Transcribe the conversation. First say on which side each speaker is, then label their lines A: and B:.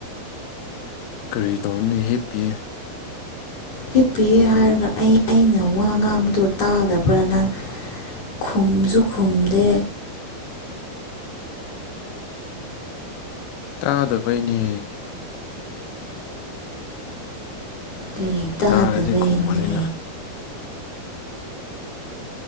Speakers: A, on the left; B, on the left.
A: ꯀꯔꯤ ꯇꯧꯅꯤ ꯍꯤꯞꯄꯤ
B: ꯍꯤꯞ ꯄꯤꯦ ꯍꯥꯏꯔꯒ ꯑꯩ ꯑꯩꯅ ꯋꯥ ꯉꯥꯡꯕꯗꯣ ꯇꯥꯒꯕ꯭ꯔꯥꯅꯪ ꯈꯨꯝꯕꯁꯨ ꯈꯨꯝꯗꯦ
A: ꯇꯥꯗꯕꯩꯅꯦ
B: ꯀꯔꯤ ꯇꯥꯗꯕꯩꯅꯦ
A: ꯇꯥꯔꯗꯤ ꯈꯨꯝꯕꯅꯤꯅ